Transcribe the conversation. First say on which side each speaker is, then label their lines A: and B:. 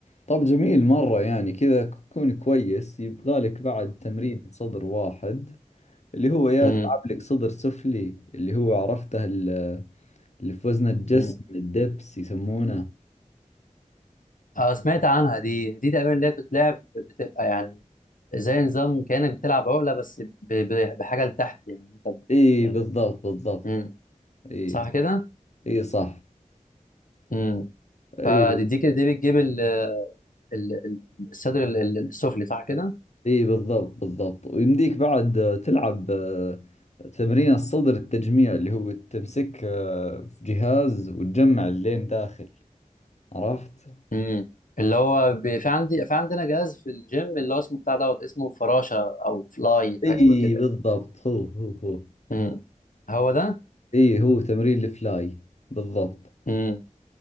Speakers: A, on the left; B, on the left.
A: طب جميل مرة يعني كذا كون كويس يبغالك بعد تمرين صدر واحد اللي هو يا
B: امم
A: تلعب لك صدر سفلي اللي هو عرفته ال- اللي في وزن الجسم
B: امم
A: الدبس يسمونه
B: اه سمعت عنها دي دي تقريبا اللي هي بتتلعب بتبقى يعني زي نظام كأنك بتلعب عقلة بس ب... ب... بحاجة لتحت يعني انت بت...
A: اي يلا بالضبط بالضبط
B: امم
A: اي
B: صح كده؟
A: اي صح
B: امم
A: اي
B: فدي دي كده دي بتجيب ال... ال... ال- الصدر ال- ال- السفلي صح كده؟
A: اي بالضبط بالضبط ويمديك بعد آه، تلعب آه، تمرين الصدر التجميع اللي هو تمسك آه، في جهاز وتجمع اللين داخل عرفت
B: امم اللي هو ب... في عندي في عندنا جهاز في الجيم اللي هو اسمه بتاع دوت اسمه فراشة او فلاي
A: اي
B: حاجة شبه كده
A: بالضبط هو هو هو
B: امم هو ده؟
A: اي هو تمرين الفلاي بالضبط
B: امم